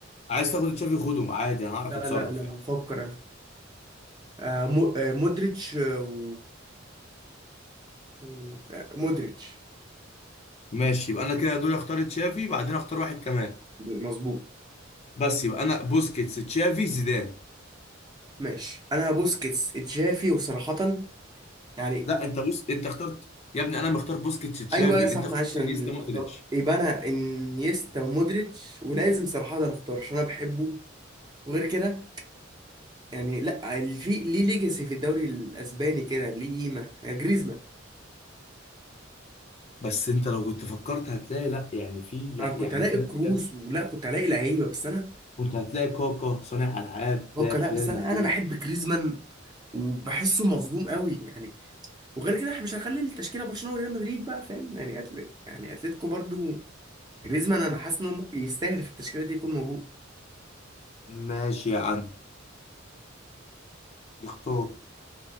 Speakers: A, on the left (about 35°); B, on the right (about 20°).
A: عايز تاخد تشافي خده عادي انا هعرف
B: لا
A: اتصرف
B: لا لا
A: يعني
B: هفكر انا آه مو- آه، مودريتش آه، و- مودريتش
A: ماشي يبقى انا كده دوري اختار تشافي بعدين اختار واحد كمان
B: مظبوط
A: بس يبقى انا بوسكيتس تشافي زيدان
B: ماشي انا بوسكيتس تشافي وصراحة يعني
A: لا انت بص انت اخترت يا ابني انا مختار بوسكيتس تشافي
B: ايوه صح
A: انت اخترت
B: معلش انا
A: انيستا
B: اتلخبطت
A: مودريتش
B: يبقى انا انيستا ومودريتش ولازم صراحة انا اختار عشان انا بحبه وغير كده يعني لا اللي في ليه ليجاسي في الدوري الاسباني كده ليه قيمة يعني جريزمان
A: بس انت لو كنت فكرت هتلاقي لا يعني في لا
B: انا كنت
A: يعني
B: هلاقي
A: في
B: كروس
A: ناس جت
B: ولا كنت هلاقي لعيبة بس انا
A: كنت هتلاقي كاكا صانع العاب
B: هو
A: تلاقي
B: لا
A: في
B: بس
A: ريال
B: انا
A: مدريد
B: انا بحب جريزمان وبحسه مظلوم قوي يعني وغير كده احنا مش هنخلي التشكيله برشلونه وريال مدريد بقى فاهم يعني أتل... يعني اتلتيكو برضو جريزمان انا حاسس انه ممكن يستاهل في التشكيله دي يكون موجود
A: ماشي يا عم اختار